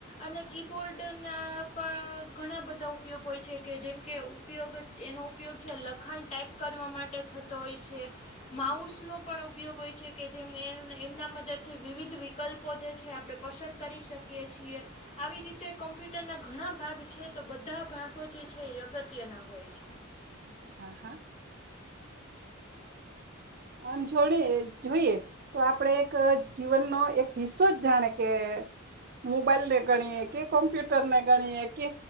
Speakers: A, on the left (about 35°); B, on the right (about 50°).
A: અને કીબોર્ડના પણ ઘણા બધા ઉપયોગ હોય છે કે જેમ કે ઉપયોગ એનો ઉપયોગ છે લખાણ ટાઈપ કરવા માટે થતો હોય છે માઉસ નો પણ ઉપયોગ હોય છે કે જે એમના મદદથી વિવિધ કલ્પો જે છે આપણે પસંદ કરી શકીએ છીએ આવી રીતે કોમ્પ્યુટર ના ઘણા ભાગ છે તો બધા ભાગો જે છે એ અગત્યના હોય છે
B: હા હા આમ જોડે જોઈએ તો આપણેે એક જીવનનો એક હિસ્સો જ જાણે કે મોબાઈલ ને ગણીએ કે કોમ્પ્યુટર ને ગણીએ કે